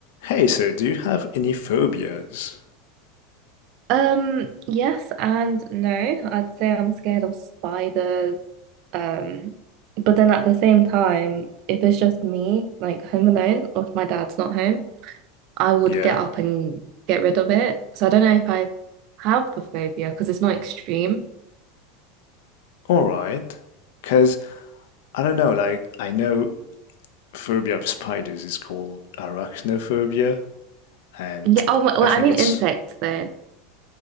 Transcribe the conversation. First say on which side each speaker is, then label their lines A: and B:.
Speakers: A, on the left; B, on the right.
A: Hey, so do you have any phobias?
B: Um, yes and no. I'd say I'm scared of spiders. Um, but then at the same time, if it's just me, like home alone, or if my dad's not home, I would
A: Yeah,
B: get up and get rid of it. So I don't know if I have the phobia because it's not extreme.
A: all right. Because, I don't know, like, I know phobia of spiders is called arachnophobia, and
B: Yeah, oh, well,
A: I
B: I
A: think
B: mean
A: it's,
B: insects though.